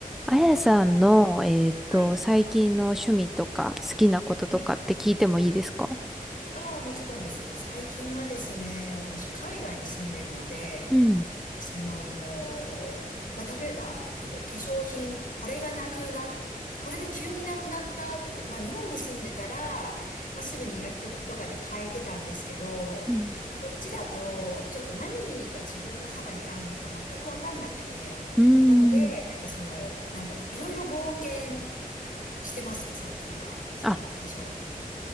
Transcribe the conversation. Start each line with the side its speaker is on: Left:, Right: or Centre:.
Centre: あやさんの、えっと、
Left: はい。
Centre: 最近の趣味とか好きなこととかって聞いてもいいですか
Left: はい。ああ、もちろんです。最近はですね、私、海外に住んでるので、
Centre: うん。
Left: その、まあ、例えば、なんだろう、化粧品、これがなくな、これが急になくなったって、まあ、日本に住んでたら、まあ、すぐに薬局とかで買えてたんですけど、
Centre: うん
Left: こっちだと、ちょっと何が自分の肌に合うのか全くわかんなくて、
Centre: うーん。
Left: なので、なんかその、なんだろう、いろいろ冒険してます、最近は。その化粧品。
Centre: あ、